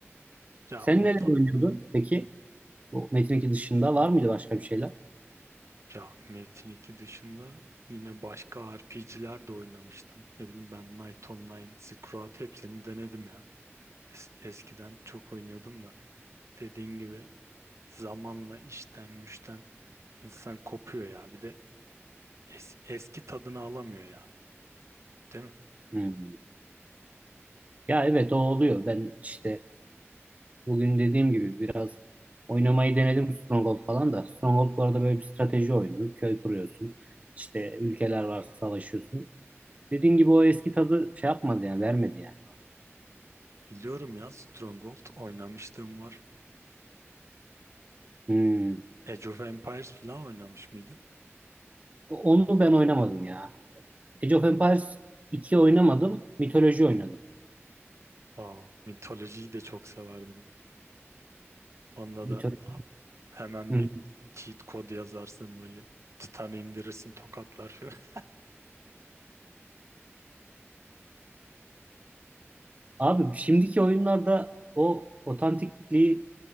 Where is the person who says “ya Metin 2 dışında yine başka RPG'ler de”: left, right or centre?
Right